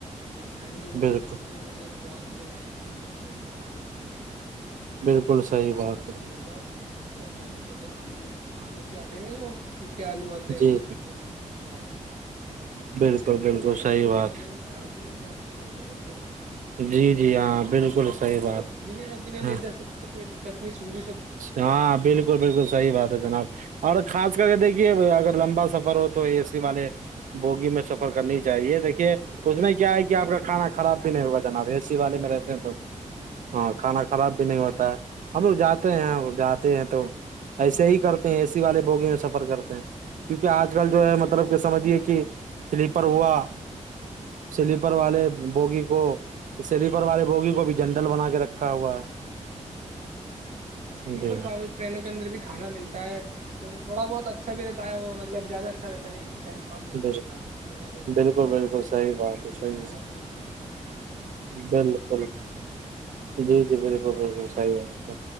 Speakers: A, on the right (about 70°); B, on the right (about 85°).
A: اور ٹھنڈی اور
B: بالکل
A: ملتی ت جو مطلب خواد کے لائق بھی نہیں ہے اس کو ایک کھانا بھی نہیں چاہیے
B: بالکل
A: اس سے اچھا
B: صحیح
A: آپ
B: بات
A: گھر تک
B: ہے
A: گھروں لے جاؤ گھر کے جیسے کہ آلو آلو کے آتے ہیں نا جو سوکھے آلو آتے
B: جی
A: ہیں گودوا
B: جی
A: والی سبزی آلو چپس کے ٹائپ کی
B: بالکل بالکل
A: وہ لے جاؤ وہ
B: بات
A: صحیح ہے خراب بھی نہیں ہوتے آپ سردیوں کے اندر
B: جی
A: چلو
B: جی ہاں بالکل صحیح بات
A: گیلی سبزی نہیں لے
B: ہاں
A: جا سکتے کوئی دقت نہیں سوگی
B: ہاں بالکل بالکل صحیح بات ہے جناب اور خاص کر کے دیکھیے اگر لمبا سفر ہو تو اے سی والے بوگی میں سفر کرنی چاہیے دیکھیے اس میں کیا ہے کہ آپ کا کھانا خراب بھی نہیں ہوگا جناب اے سی والے میں رہتے ہیں تو ہاں کھانا خراب بھی نہیں ہوتا ہے ہم لوگ جاتے ہیں جاتے ہیں تو ایسے ہی کرتے ہیں اے سی والے بوگی میں سفر کرتے ہیں کیونکہ آج کل جو ہے مطلب کہ سمجھیے کہ سلیپر ہوا سلیپر
A: جی
B: والے بوگی کو سلیپر والے بوگی کو بھی جنڈل بنا کے رکھا ہوا ہے
A: ج اور سلیپر
B: جی
A: کا رینوں کے اندر بھی کھانا ملتا ہے تو تھوڑا بہت اچھا رہتا ہے وہ مطلب زیادہ اچھا رہتا نہیں ہے ٹائم اس ہوتا
B: بالکل
A: ہے اس کھے سے تھوڑا بہت پیٹ
B: بالکل
A: بھر
B: بالکل
A: جاتا ہے
B: صحیح بات ہے
A: ورن
B: صحیح
A: گھر
B: بات
A: کے کھانے سے ہی بھرھتا ہے پیٹ تو الحمد للہ
B: بالکل
A: مطلب باہ کھانے سے تو نکل
B: جی جی بالکل بالکل صحیح ہے